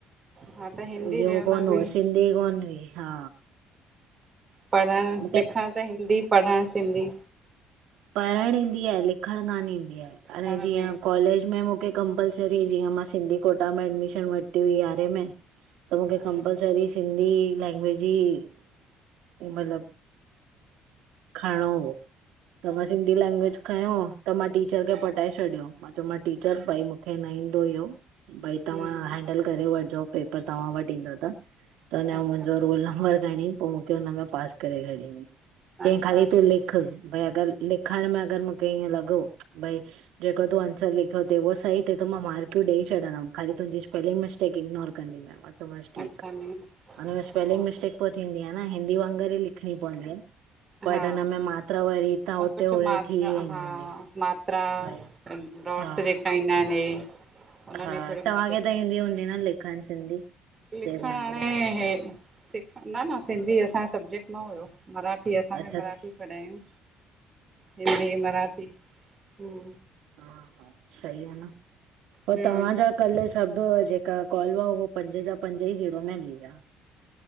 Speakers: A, on the right; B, on the right.
A: हा त हिंदी
B: इयो
A: देवनागरी
B: कोन हुओ सिंधी कोन हुई हा।
A: पढ़णु
B: मूंखे
A: लिखणु त हिंदी पढ़णु सिंधी।
B: पढ़णु ईंदी आहे लिखणु कान ईंदी आहे, हाणे
A: पाण
B: जीअं
A: में
B: कॉलेज में मूंखे कंपलसरी जीअं मां सिंधी कोटा में एडमिशन वरिती हुई यारहें में त मूंखे
A: हूं
B: कंपलसरी सिंधी लैंग्वेज ई मतलब खरणो हो, त मां सिंधी लैंगवेज खयो त मां टीचर खे पटाए छॾियो मां चयो मां टीचर भई मूंखे न ईंदो इहो भई तव्हां
A: हम्म
B: हैंडल करे वठिजो पेपर तव्हां वटि ईंदो त त हुन
A: अच्छा
B: मुंहिंजो रोल नंबर खणी पो मूंखे हुनमें पास करे छॾींद चयई
A: अच्छा
B: ख़ाली
A: अच्छा
B: तूं लिख भई अगरि लिखइण में अगरि मूंखे ईअं लॻो भई जेको तूं आंसर लिखियो थि उह सही थिए मां मार्कू ॾई छॾंदमि ख़ाली तुंहिंजी स्पेलिंग मिस्टेक इगनोर कंदीमाइ माँचो माँस ठीक
A: अच्छा नी
B: आ, उनमें स्पेलिंग
A: हा
B: मिस्टेक पो थींदी आ न हिंदी वांगुर ई लिखणी पवंदी आहे बट
A: हा
B: हुन में मात्रा वरी हुते
A: कुझु
B: हुई
A: मात्रा
B: थी वेंदी
A: हा
B: हूंदी
A: मात्रा
B: वरी
A: डॉट्स
B: हा
A: जेका ईंदा आहिनि हे हुन
B: हा,
A: में थोरी
B: तव्हांखे
A: मिस्टेक
B: त ईंदी हूंदी न लिखण सिंधी?
A: लिखणु
B: देवनागरी
A: हाणे इ सिख न न सिंधी असांजो सबजेक्ट न हुयो मराठी जी असां
B: अच्छा
A: बि मराठी
B: अच्छा
A: पढ़ायूं हिंदी मराठी हूं
B: हा हा सही आहे न, पो
A: हम्म
B: तव्हांजा कल्ह सभु जेका कॉल हुआ उअ पंज जा पंज ई जीरो में हली विया